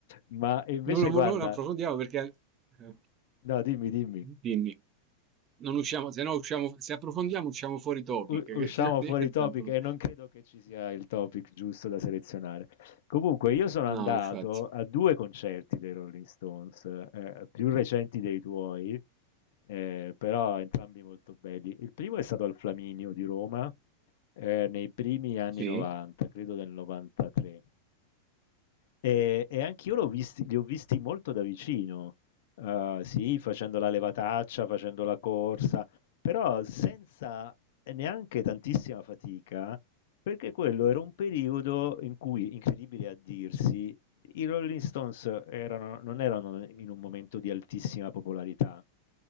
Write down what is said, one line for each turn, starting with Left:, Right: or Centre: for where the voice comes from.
Left: Ma invece,
Right: Non,
Left: guarda,
Right: non approfondiamo perché... eh,
Left: no, dimmi, dimmi.
Right: Dimmi. non usciamo, se no usciamo, se approfondiamo usciamo fuori topic,
Left: U-
Right: che
Left: usciamo
Right: ci diventa
Left: fuori topic
Right: un pro-
Left: e non credo che ci sia il topic giusto da selezionare. Comunque, io sono
Right: No,
Left: andato
Right: infatti,
Left: a due concerti dei Rolling Stones, eh, più recenti dei tuoi, eh, però entrambi molto belli. Il primo è stato al Flaminio di Roma, eh, nei primi anni
Right: sì,
Left: 90, credo del 93. E e anch'io l'ho visti li ho visti molto da vicino, uhm, sì, facendo la levataccia, facendo la corsa, però senza neanche tantissima fatica, perché quello era un periodo in cui, incredibile a dirsi, i Rolling Stones erano non erano in un momento di altissima popolarità.